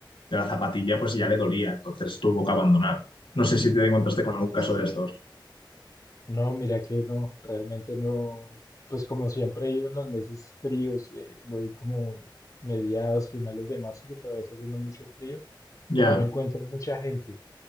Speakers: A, on the left (about 85°); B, on the left (about 40°).
A: de la zapatilla pues ya le dolía, entonces tuvo que abandonar. No sé si te encontraste
B: No, qué
A: con algún
B: triste.
A: caso de estos.
B: No, mira que no, realmente no. Pues como siempre he ido en los meses fríos, eh, voy como mediados, finales de marzo, que todavía está haciendo mucho frío.
A: Ya,
B: No encuentro mucha gente.